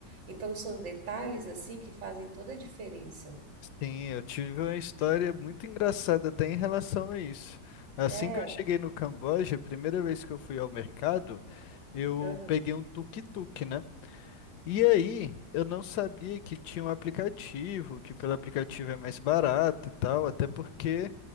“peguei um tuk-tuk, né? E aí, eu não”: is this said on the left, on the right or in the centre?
Left